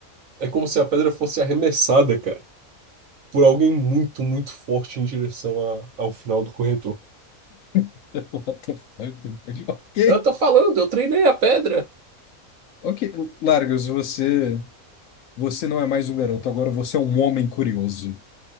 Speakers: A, on the right; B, on the left.
A: é como se a pedra fosse arremessada, cara, por alguém muito, muito forte em direção a- ao final do corredor.
B: <laughs> What the fuck? <laughs> Ok.
A: Eu tô falando, eu treinei a pedra.
B: Ok, Largos, você, você não é mais um garoto, agora você é um homem curioso.